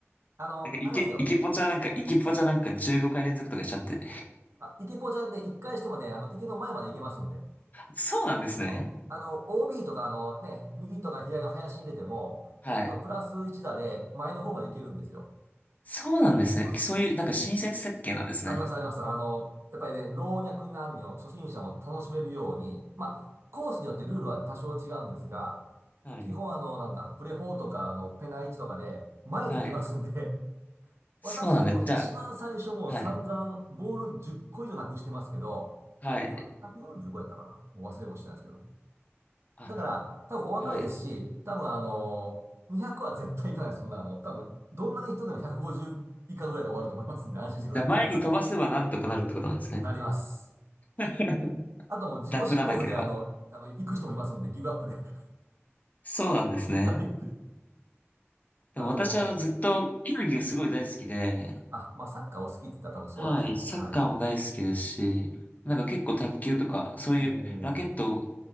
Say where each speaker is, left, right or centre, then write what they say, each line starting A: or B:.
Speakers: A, on the right; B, on the left.
A: あの、
B: なんか、イケ、
A: あれなんですよ。
B: イケポチャなんか、イケポチャなんか15回連続とかしちゃって。
A: あ、池ポチャで1回してもね、あの、池の前まで行けますんで。
B: そうなんですね。
A: そうあの、OB とか、あのね、右とか左の林に入れても、
B: はい。
A: えっと、プラス1打で前の方まで行けるんですよ。
B: そうなんですね。
A: そうです
B: そういう、なんか親切設計なんですね。
A: あります、あります。あの、やっぱりね、老若男女、初心者も楽しめるように、まあ、コースによってルールは多少違うんですが、
B: はい。
A: 基本あの、なんだ、プレフォーとか、あの、ペナ1とかで、前に行けますんで、
B: はい。
A: 私も一番最初もう散々ボール10個以上なくしてますけど、
B: そうなんです。じゃあ、はい。はい。
A: それで145やったかなもう忘れもしないですけども。
B: あ、
A: だから、多分お若いですし、
B: はい。
A: 多分あのー、200は絶対いかないです。そんなあの、多分、どんな人でも150以下ぐらいで終わると思いますんで、安心してくだくださ
B: じゃあ、前に飛ばせばなんとかなるってことなんですね。
A: い。なります。
B: <laughs>
A: あともう自己申告であの、
B: ダフらなければ。
A: あの、行く人もいますんで、ギブアップで。<laughs>
B: そうなんですね。
A: はい。あのー、
B: でも私はずっと球技がすごい大好きで、
A: あ、まあ、サッカーお好きって言ったら多分そうなんでしょうね、
B: はい、サッカーも大好きですし、
A: きっと。はい。
B: なんか結構卓球とか、そういうラケットを、
A: おー